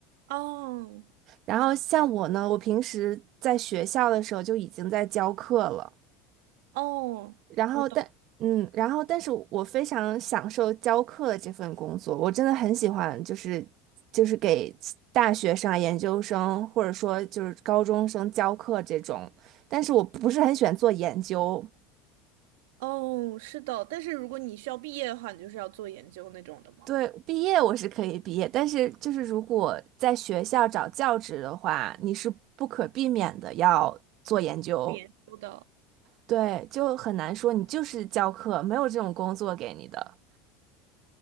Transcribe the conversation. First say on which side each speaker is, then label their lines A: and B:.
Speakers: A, on the right (about 80°); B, on the right (about 55°).
A: 哦
B: 然后像我呢，我平时在学校的时候就已经在教课了。
A: 哦。
B: 然后但，
A: 我懂
B: 嗯，然后但是我非常享受教课的这份工作，我真的很喜欢，就是就是给大学生啊研究生或者说就是高中生教课这种。但是我不是很喜欢做研究，
A: 哦，是的，但是如果你需要毕业的话，你就是要做研究那种的吗？
B: 对，毕业我是可以毕业，但是就是如果在学校找教职的话，你是不可避免的要做研究，
A: 研究的，
B: 对，就很难说你就是教课，没有这种工作给你的。